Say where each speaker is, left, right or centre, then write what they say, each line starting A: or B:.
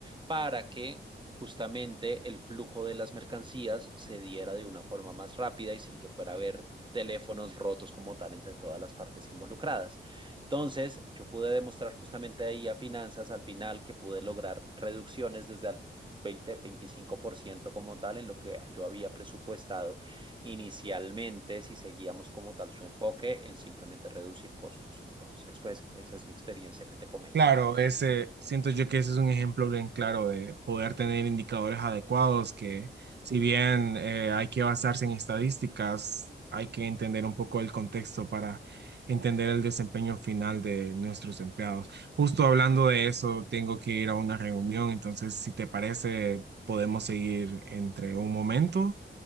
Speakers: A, on the right (about 25°); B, on the right (about 60°).
A: para que justamente el flujo de las mercancías se diera de una forma más rápida y sin que fuera a haber teléfonos rotos como tal entre todas las partes involucradas. Entonces, yo pude demostrar justamente ahí a finanzas al final que pude lograr reducciones desde el 20-25% como tal en lo que yo había presupuestado inicialmente si seguíamos como tal su enfoque en simplemente reducir costos. Entonces, pues esa es mi experiencia que te comento.
B: Claro, ese, siento yo que ese es un ejemplo bien claro de poder tener indicadores adecuados que si bien eh, hay que basarse en estadísticas, hay que entender un poco el contexto para entender el desempeño final de nuestros empleados. Justo hablando de eso, tengo que ir a una reunión, entonces si te parece, podemos seguir entre un momento,